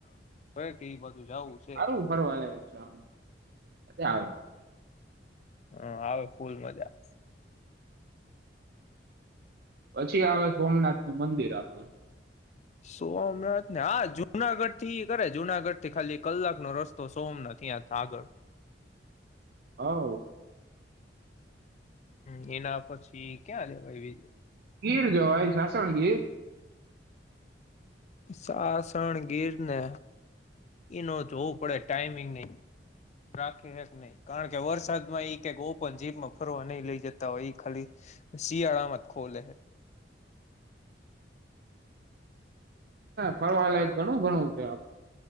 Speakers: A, on the left; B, on the right.
A: હવે <unintelligible> છે
B: હારું ફરવા લાયક છે આમ મજા આવે
A: હ આવે ફૂલ મજા
B: પછી આવે સોમનાથ નું મંદિર આપણું
A: સોમનાથ ને હા જુનાગઢ થી કરે જુનાગઢ થી ખાલી કલાકનો રસ્તો સોમનાથ હતા આગળ
B: <inaudible>
A: હ એના પછી ક્યાં રેવાય બીજે
B: ગીર જો ભય સાસણ ગીર
A: સાસણગીરને એનો જોવું પડે ટાઈમિંગ નહી રાખી નહી કારણ કે વરસાદમાં એ કક ઓપન જીપમાં ફરવા નહી લઈ જતા હોય ખાલી શિયાળામાં જ ખોલે
B: ફરવા લાયક ઘણું ઘણું <inaudible>